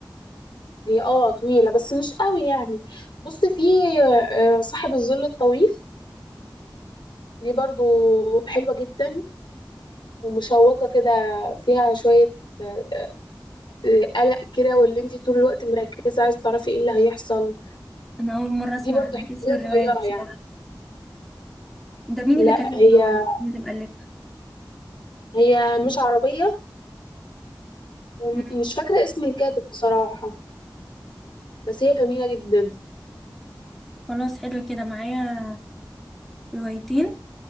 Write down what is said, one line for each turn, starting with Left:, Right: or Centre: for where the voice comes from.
Left: هي اه طويله بس مش قوي يعني بصي في آه، صاحب الظل الطويل دي برضو حلوه جدا ومشوقه كده فيها شويه آه، آه، آه، قلق كده واللي انت طول الوقت مركزه عايز تعرفي ايه اللي هيحصل
Centre: انا اول مره اسمع
Left: دي برضو
Centre: عن
Left: حلوه
Centre: اسم الروايه
Left: صغيره
Centre: دي بصراحه
Left: يعني
Centre: ده مين
Left: لا
Centre: اللي كاتبها
Left: هي
Centre: ولا مين اللي مؤلفها
Left: هي مش عربيه ومش
Centre: مم.
Left: فاكره اسم الكاتب بصراحه بس هي جميله جدا
Centre: خلاص حلو كده معايا روايتين